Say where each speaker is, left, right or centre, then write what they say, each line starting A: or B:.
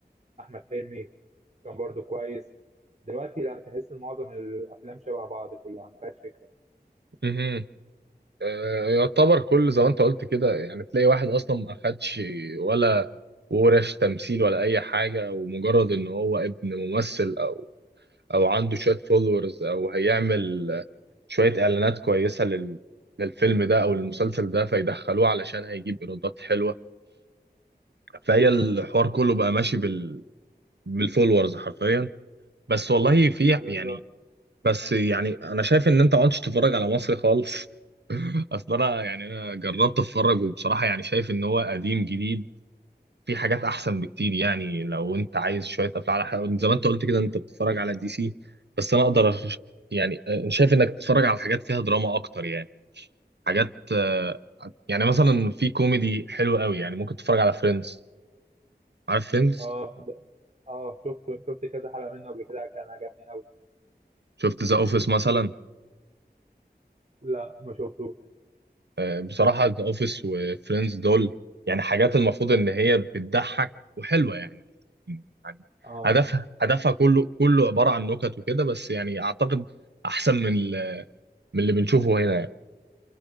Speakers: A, on the right (about 40°); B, on the right (about 80°).
A: احمد حلمي كان برضه كويس دلوقتي لا تحس ان معظم الافلام شبه بعض كلها ما فيهاش فكره
B: مهم. آه، يعتبر كل زي ما انت قلت كده يعني تلاقي واحد اصلا ما اخدش ولا ورش تمثيل ولا اي حاجه ومجرد ان هو ابن ممثل او عنده شويه فولورز او هيعمل شويه اعلانات كويسه لل للفيلم ده او المسلسل ده فيدخلوه علشان هيجيب ايرادات حلوه فهي الحوار كله بقى ماشي بال بالفولورز حرفيا بس والله في
A: بالظبط
B: يعني بس يعني انا شايف ان انت ما عدتش تتفرج على مصري خالص <laughs> اصل انا يعني انا جربت اتفرج وبصراحه يعني شايف ان هو قديم جديد في حاجات احسن بكتير يعني لو انت عايز شويه افلام على حاجه زي ما انت قلت كده انت بتتفرج على دي سي بس انا اقدر أش- يعني آه، أنا شايف انك تتفرج على حاجات فيها دراما اكتر يعني حاجات آه، يعني مثلا في كوميدي حلو قوي يعني ممكن تتفرج على فريندز عارف فريندز
A: اه ده- اه شفت شفت كذا حلقه منه قبل كده كان عجبني قوي
B: شفت ذا اوفيس مثلا
A: لا ما شفتوش
B: آه، بصراحه ذا اوفيس وفريندز دول يعني حاجات المفروض ان هي بتضحك وحلوه يعني يعني
A: اه
B: هدفها هدفها كله كله عباره عن نكت وكده بس يعني اعتقد احسن من ال- من اللي بنشوفه هنا يعني.